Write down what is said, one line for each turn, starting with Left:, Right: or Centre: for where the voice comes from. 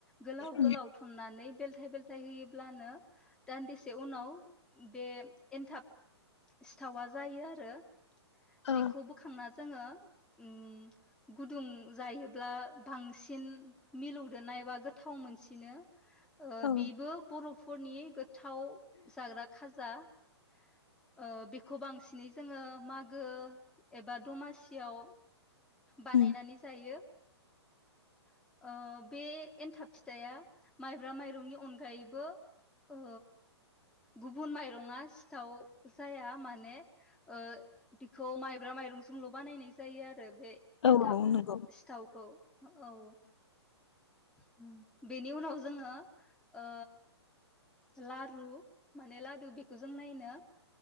Centre: गोलाव
Left: उम
Centre: गोलाव थननानै बेलथाय बेलथाय होयोब्लानो दान्दि से उनाव बे एनथाब सिथावा जायो आरो।
Left: औ
Centre: बेखौ बोखांना जोङो उम गुदुं जायो ब्ला बांसिन मिलौदोनाय एबा गोथाव मोनसिनो। ओ
Left: औ
Centre: बिबो बर'फोरनि गो थाव जाग्रा खाजा। ओ बेखौ बांसिनै जोङो मागो एबा दमासियाव बानायनानै
Left: उम
Centre: जायो। ओ बे एन्थाब फिथाया माइब्रा माइरंनि अनगायैबो ओ गुबुन माइरङआ सिथाव जाया माने ओ बिखौ माइब्रा माइरंजोंल' बानायनाय जायो आ बे
Left: औ
Centre: एन्थाब
Left: औ नंगौ
Centre: सिथावखौ औ। उम बेनि उनाव जोङो ओ लारु माने लदु बेखौ जों नायनो